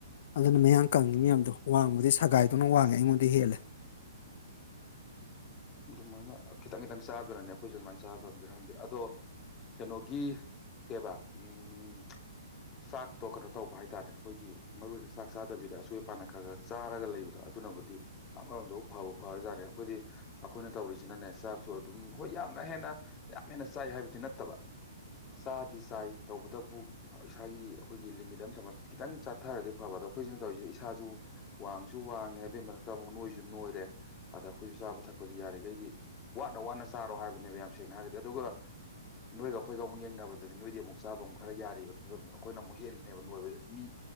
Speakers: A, on the left; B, on the left.
A: ꯑꯗꯨꯅ ꯃꯌꯥꯝ ꯀꯪꯉꯤ ꯃꯌꯥꯝꯗꯣ ꯋꯥꯡꯕꯗꯤ ꯁꯒꯥꯏꯗꯨꯧꯅ ꯋꯥꯡꯉꯦ ꯑꯩꯉꯣꯟꯗ ꯍꯦꯜꯂꯦ
B: ꯑꯗꯨꯃꯥꯏꯅ ꯈꯤꯇꯪ ꯈꯤꯇꯪ ꯆꯥꯗꯅꯅꯦ ꯑꯩꯈꯣꯏꯁꯨ ꯑꯗꯨꯃꯥꯏꯅ ꯆꯥꯕ ꯊꯝꯖꯔ ꯈꯝꯗꯦ ꯑꯗꯣ ꯀꯩꯅꯣꯒꯤ ꯀꯦꯕꯥ ꯎꯝ ꯆꯥꯛꯇꯣ ꯀꯩꯅꯣ ꯇꯧꯕ ꯍꯥꯏꯇꯥꯔꯦ ꯑꯩꯈꯣꯏꯒꯤ ꯃꯔꯨ ꯑꯣꯏꯅ ꯆꯥꯛ ꯆꯥꯗꯕꯤꯗ ꯑꯁꯣꯏ ꯑꯄꯅ ꯈꯔ ꯈꯒ ꯆꯥꯔꯒ ꯂꯩꯕꯗꯣ ꯑꯗꯨꯅꯕꯨꯗꯤ ꯑꯃꯔꯣꯝꯗꯕꯨ ꯐꯕ ꯐꯔꯖꯥꯠꯅꯤ ꯑꯩꯈꯣꯏꯗꯤ ꯑꯩꯈꯣꯏꯅ ꯇꯧꯔꯤꯁꯤꯅꯅꯦ ꯆꯥꯛꯁꯨ ꯑꯗꯨꯝ ꯍꯣꯏ ꯌꯥꯝꯅ ꯍꯦꯟꯅ ꯌꯥꯝ ꯍꯦꯟꯅ ꯆꯥꯏ ꯍꯥꯏꯕꯗꯤ ꯅꯠꯇꯕ ꯆꯥꯗꯤ ꯆꯥꯏ ꯇꯧꯕꯇꯕꯨ ꯏꯁꯥꯒꯤ ꯑꯩꯈꯣꯏꯒꯤ ꯂꯤꯃꯤꯠ ꯑꯃ ꯊꯝꯃ ꯈꯤꯇꯪ ꯆꯥꯊꯔꯗꯤ ꯐꯕ ꯑꯗꯣ ꯑꯩꯈꯣꯏꯁꯤꯅ ꯇꯧꯔꯤꯁꯤꯗꯤ ꯏꯁꯥꯁꯨ ꯋꯥꯡꯁꯨ ꯋꯥꯡꯉꯦ ꯑꯗꯨꯏ ꯃꯊꯛꯇ ꯑꯃꯨꯛ ꯅꯣꯏꯁꯨ ꯅꯣꯏꯔꯦ ꯑꯗ ꯑꯩꯈꯣꯏꯁꯨ ꯆꯥꯕ ꯊꯛꯄ ꯑꯩꯈꯣꯏ ꯌꯥꯔꯤꯈꯩꯗꯤ ꯋꯥꯅ ꯋꯥꯅ ꯆꯥꯔꯣ ꯍꯥꯏꯕꯅꯦꯕ ꯌꯥꯝ ꯁꯦꯡꯅ ꯍꯥꯏꯔꯒꯗꯤ ꯑꯗꯨꯒ ꯅꯣꯏꯒ ꯑꯩꯈꯣꯏꯒ ꯑꯃꯨꯛ ꯌꯦꯡꯅꯕꯗꯗꯤ ꯅꯣꯏꯗꯤ ꯑꯃꯨꯛ ꯆꯥꯕ ꯑꯃꯨꯛ ꯈꯔ ꯌꯥꯔꯤꯕꯕ ꯐꯤꯕꯝꯗꯣ ꯑꯩꯈꯣꯏꯅ ꯑꯃꯨꯛ ꯍꯦꯜꯂꯤꯅꯦꯕ ꯅꯣꯏꯕꯗꯗꯤ ꯃꯤ